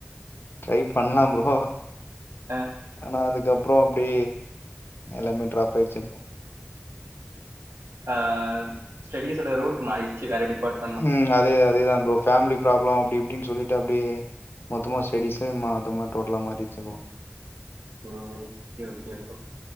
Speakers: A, on the left; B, on the right.
A: ட்ரைபண்லா ப்ரோ
B: அ
A: ஆனா அதுக்கப்றோ அப்டே எல்லாமே ட்ராப் ஆய்ட்ச்சு ப்ரோ
B: அ ஸ்டடிஸ்ஓட ரூட் மாறிட்ச்சு வேற டிபார்ட்
A: ம் அதே அதேதா ப்ரோ ஃபேமிலி ப்ராப்ளோ அப்டி இப்டின் சொல்லிட்டு அப்டியே மொத்தமா ஸ்டடீஸே மோத்தமா டோட்டலா மாரிச்சு ப்ரோ
B: ஓகே ஓகே ப்ரோ